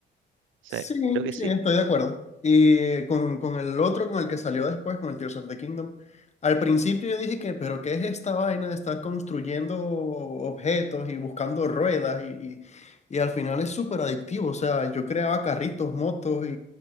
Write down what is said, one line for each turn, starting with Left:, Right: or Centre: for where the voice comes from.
Right: Sí,
Left: Sí,
Right: creo que
Left: sí,
Right: sí.
Left: estoy de acuerdo. Y con, con el otro, con el que salió después, con el Tears of the Kingdom, al principio yo dije que, pero ¿qué es esta vaina de estar construyendo objetos y buscando ruedas? Y, y, y al final es súper adictivo. O sea, yo creaba carritos, motos y,